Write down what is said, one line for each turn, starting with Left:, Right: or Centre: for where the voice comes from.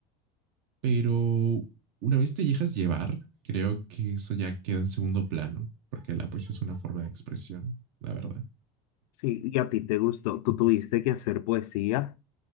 Right: pero una vez te dejas llevar, creo que eso ya queda en segundo plano, porque la poesía es una forma de expresión, la verdad.
Left: Sí, ¿y a ti te gustó? ¿Tú tuviste que hacer poesía?